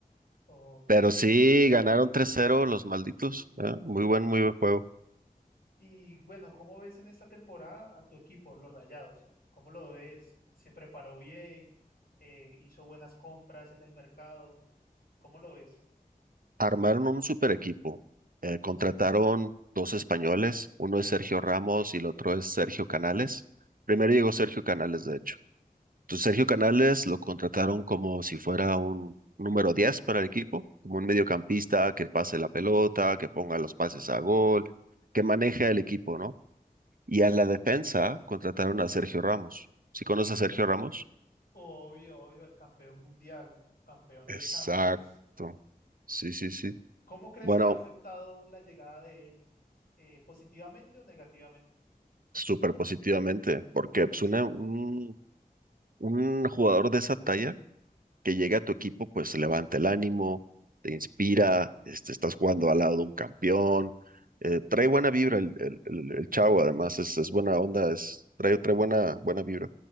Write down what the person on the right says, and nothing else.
Pero sí, ganaron tres cero los malditos. ¿eh? Muy buen, muy buen juego.
Armaron un super equipo. Eh, contrataron dos españoles, uno es Sergio Ramos y el otro es Sergio Canales. Primero llegó Sergio Canales, de hecho. Entonces Sergio Canales lo contrataron como si fuera un número 10 para el equipo, como un mediocampista que pase la pelota, que ponga los pases a gol, que maneje el equipo, ¿no? Y a la defensa contrataron a Sergio Ramos. ¿Sí conoces a Sergio Ramos?
Exacto.
Sí, sí, sí.
Bueno,
súper positivamente, porque pues, una- un, un jugador de esa talla que llega a tu equipo, pues levanta el ánimo, te inspira, este, estás jugando al lado de un campeón, eh, trae buena vibra el, el- el- el chavo, además es, es buena onda, es, trae, trae buena, buena vibra.